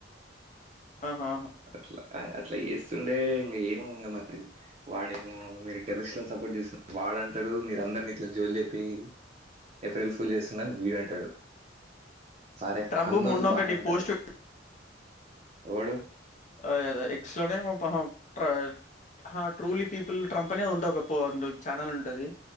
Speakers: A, on the left (about 40°); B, on the right (about 35°).
A: ఆహా ఆహా.
B: అట్లా అట్లా చేస్తుండే ఇం ఏమో ఉ మరి అట్లా అట్లా అట్లా చేస్తుండే వాడేమో మీరు టెర్రస్ట్లను సపోర్ట్ చేస్తు వాడంటాడు మీరు అందరిని ఇట్లా జోలి చెప్పి ఏప్రిల్ ఫుల్ చేస్తున్నాని వీడు అంటాడు సరే
A: ట్రంప్
B: అన్నోళ్ళు
A: మొన్న
B: బానే
A: ఒకటి
B: ఉంటారు
A: పోస్ట్
B: ఎవడు
A: అ ఎక్స్ లోనే ట్ర హ ట్రూలీ పీపుల్ ట్రంప్ అనేది ఉంటే ఒక ఛానల్ ఉంటుంది